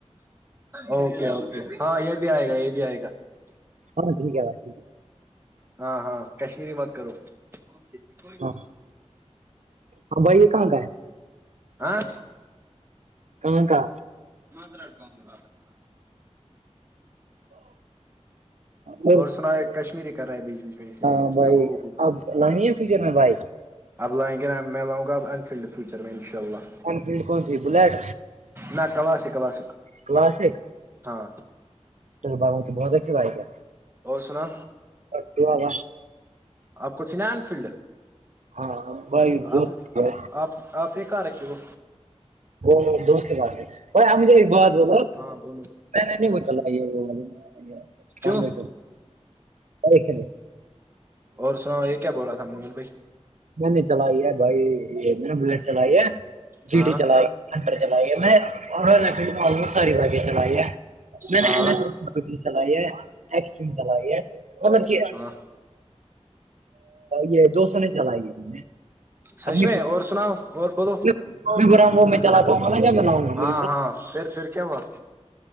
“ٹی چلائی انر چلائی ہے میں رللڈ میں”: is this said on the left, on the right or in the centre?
Right